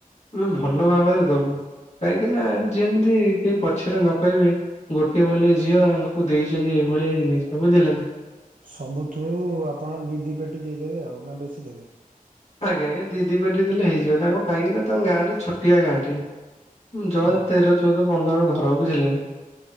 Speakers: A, on the left; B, on the right.
A: ଆମେ ଭଲ ଭାବରେ ଦବୁ । କାହିଁକି ନା? ଯେମିତି କେହି ପଛରେ ନ କହିବେ, ଗୋଟିଏ ବୋଲି ଝିଅଙ୍କୁ ଦେଇଛନ୍ତି ଏ ଏ ଭଳିଆ ଜିନିଷ ବୁଝିଲେନା।
B: ସବୁଠୁ ଆପଣ ଦି ଦି ପେଟି ଦେଇଦେବେ ଆଉ, ନା ବେଶୀ ଦେବେ?
A: ଆଜ୍ଞା ଆଜ୍ଞା, ଦି ଦି ପେଟି ଦେଲେ ହେଇଯିବ, ତାଙ୍କ କାହିଁକି ନା? ତାଙ୍କ ଗାଁଟି ଛୋଟିଆ ଗାଁଟି । ଜ
B: ହଁ
A: ତେର ଚଉଦ ପନ୍ଦର ଘର ବୁଝିଲେନା।